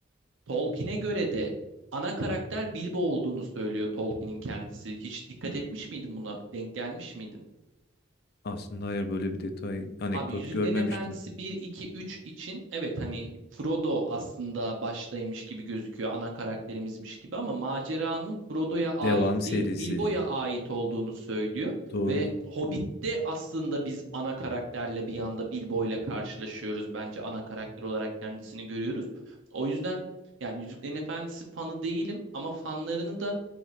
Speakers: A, on the right; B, on the left.
A: Tolkien'e göre de ana karakter Bilbo olduğunu söylüyor Tolkien'in kendisi. Hiç dikkat etmiş miydin buna? Denk gelmiş miydin?
B: Aslında hayır böyle bir detay, anekdot
A: Abi Yüzüklerin
B: görmemiştim.
A: Efendisi bir 2 3 için evet hani Frodo aslında baştaymış gibi gözüküyor ana karakterimizmiş gibi ama maceranın Frodo'ya ait
B: Devam serisi.
A: değil Bilbo'ya ait olduğunu söylüyor.
B: Doğru.
A: Ve Hobbit'te aslında biz ana karakterle bir anda Bilbo'yla karşılaşıyoruz bence ana karakter olarak kendisini görüyoruz. O yüzden yani Yüzüklerin Efendisi fanı değilim ama fanlarını da